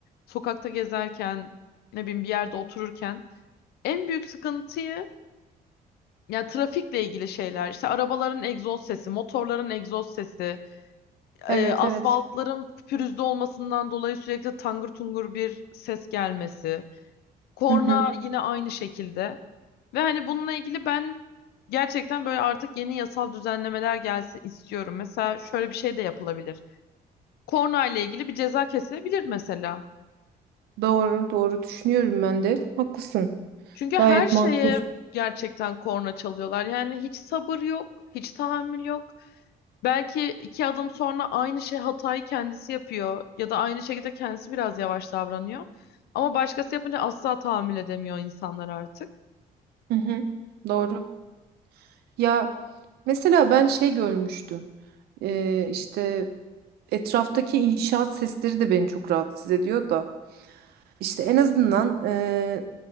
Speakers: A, on the left (about 85°); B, on the right (about 85°).
A: sokakta gezerken ne bileyim bir yerde otururken en büyük sıkıntıyı yani trafikle ilgili şeyler işte arabaların egzoz sesi, motorların egzoz sesi,
B: Evet
A: e, asfaltların
B: evet.
A: pürüzlü olmasından dolayı sürekli tangır tungur bir ses gelmesi. Korna
B: Hı hı,
A: yine aynı şekilde. Ve hani bununla ilgili ben gerçekten böyle artık yeni yasal düzenlemeler gelsin istiyorum. Mesela şöyle bir şey de yapılabilir. Korna ile ilgili bir ceza kesilebilir mesela.
B: doğru doğru düşünüyorum ben de. Haklısın.
A: Çünkü
B: Gayet
A: her şeye
B: makul.
A: gerçekten korna çalıyorlar. Yani hiç sabır yok, hiç tahammül yok. Belki iki adım sonra aynı şey hatayı kendisi yapıyor ya da aynı şekilde kendisi biraz yavaş davranıyor. Ama başkası yapınca asla tahammül edemiyor insanlar artık.
B: Hı hı, doğru. Ya mesela ben şey görmüştüm. Ee, işte etraftaki inşaat sesleri de beni çok rahatsız ediyor da. İşte en azından e,